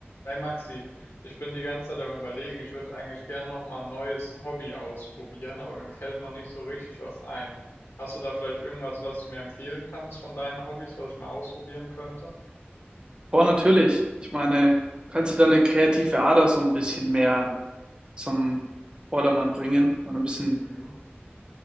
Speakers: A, on the left; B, on the right.
A: Hey Maxi, ich bin die ganze Zeit am Überlegen, ich würde eigentlich gern noch mal ein neues Hobby ausprobieren, aber mir fällt noch nicht so richtig was ein. Hast du da vielleicht irgendwas, was du mir empfehlen kannst von deinen Hobbys, was ich mal ausprobieren könnte?
B: Boah, natürlich. Ich meine, kannst du deine kreative Ader so ein bisschen mehr zum Vordermann bringen und ein bisschen
A: Mhm.